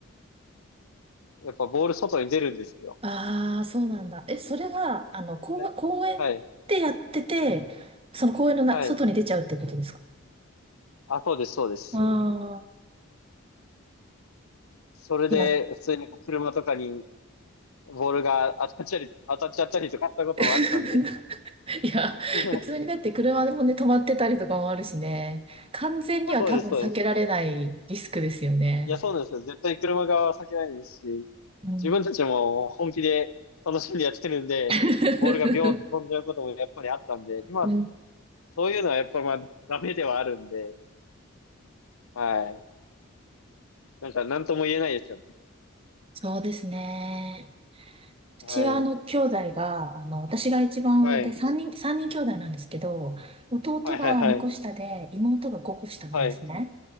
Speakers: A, on the left (about 90°); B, on the right (about 25°).
A: やっぱボール外に出るんですよ。
B: ああ、そうなんだ。え、それは、あの、公、
A: えはい、
B: 公園でやってて、その公園のな、
A: はい。
B: 外に出ちゃうってことですか
A: あ、そうです、そうです。
B: ああ
A: それで、
B: ー、いや、
A: 普通に車とかにボールが当たっちゃり、当たっちゃったりとかしたこともあったんで。
B: <laughs> いや、
A: <laughs>
B: 普通にだって車でもね、止まってたりとかもあるしね、完全には多分避けられないリスクですよね。
A: そうです、そうです。いや、そうなんですよ。絶対車側は避けないですし、
B: うん。
A: 自分たちも本気で楽しんでやってるんで、
B: <laughs>
A: ボールがビョンと飛んじゃうこともやっぱりあったんで、今、
B: うん、
A: そういうのはやっぱまあ、ダメではあるんで、はい。なんか、なんとも言えないですよね。
B: そうですね。うちはあの兄弟が、
A: はい。
B: あの、私が一番上で3人、
A: はい。
B: 三人兄弟なんですけど、弟が2個下で妹が5個下なんですね。
A: はい、はい、はい。はい。